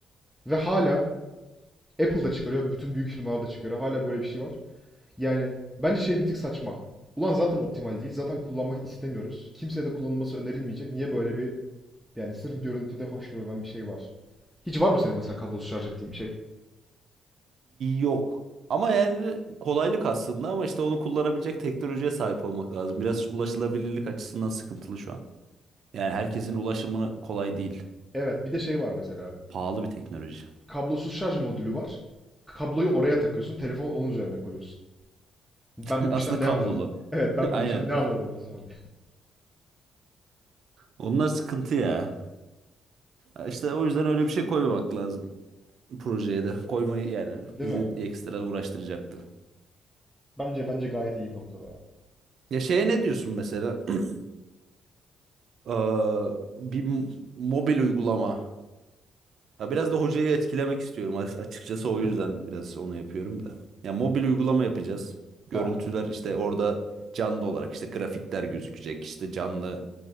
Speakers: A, in the centre; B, on the right.
A: Ve hala Apple da çıkarıyor, bütün büyük firmalar da çıkarıyor. Hala böyle bir şey var. Yani bence şey bir tık saçma. Ulan zaten optimal değil. Zaten kullanmak istemiyoruz. Kimseye de kullanılması önerilmeyecek. Niye böyle bir yani sırf görüntüde hoş görünen bir şey var? Hiç var mı senin mesela kablosuz şarj ettiğin bir şey?
B: Yok. Ama yani kolaylık aslında ama işte onu kullanabilecek teknolojiye sahip olmak lazım. Biraz ulaşılabilirlik açısından sıkıntılı şu an. Yani herkesin ulaşımı kolay değil.
A: Evet, bir de şey var mesela.
B: Pahalı bir teknoloji.
A: kablosuz şarj modülü var. Kabloyu oraya takıyorsun. telefonu onun üzerine koyuyorsun. Ben
B: <laughs>
A: bu
B: Aslında
A: işten ne
B: kablolu.
A: anladım? Evet
B: <laughs>
A: ben
B: Aynen.
A: bu işten ne anladım o zaman?
B: Onlar sıkıntı ya. Ya İşte o yüzden öyle bir şey koymamak lazım projeye de. Koymayı yani
A: <laughs> Değil
B: bizi
A: mi?
B: ekstra uğraştıracaktı.
A: Bence bence gayet iyi bir noktada ya.
B: Ya şeye ne diyorsun mesela? <clears throat> Ee, bir m- mobil uygulama. Ha biraz da hocayı etkilemek istiyorum As- açıkçası o yüzden biraz onu yapıyorum da. Ya mobil uygulama yapacağız. Görüntüler
A: Tamam.
B: işte orada canlı olarak işte grafikler gözükecek. İşte canlı